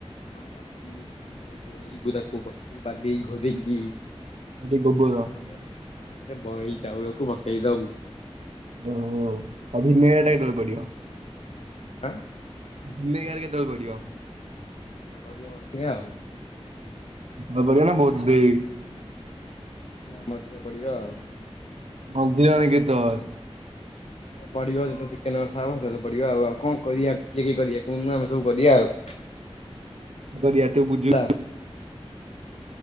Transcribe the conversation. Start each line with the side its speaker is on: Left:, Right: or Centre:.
Left: ହଁ କଷିବୁ ଚିକେନ ପକେଇକି ଗୋଳେଇବୁ ତାକୁ କଷିବୁ ବାଗେଇ ଘୋଡ଼େଇ କି।
Right: ଆଉ ଟିକେ ଗୋବର
Left: ତାପରେ ତାପରେ ବଏଲ୍ ଚାଉଳକୁ ପକେଇ ଦୋବୁ।
Right: ଓହ ଆଉ ଭିନେଗାର ଟା କେତେଏଳେ ପଡିବ?
Left: ଆଁ।
Right: ଭିନେଗାର କେତେବେଳେ ପଡିବ?
Left: ହଁ ପଡିିବା ବଧେ ଆଉ।
Right: ହ ବଢିଆ ନା ବୋହୁତ୍ ଦେଇ
Left: ନା ମଝିରେ ପଡିବ ଆଉ।
Right: ମଝିରେ ବୋଲେ କେତବେଳେ?
Left: ସେ ପଢିବ ଯେତେବେ ଚିକେନ କଷା ହବ ସେତେବେଳେ ପଡିବ ଆଉ ଆଉ କଁ କରିବା କିଏ କିଏ କରିବା କହୁନୁ ଆମେ ସବୁ କରିବା ଆଉ।
Right: କରିବା ତୁ ବୁଝୁ
Left: ଆ।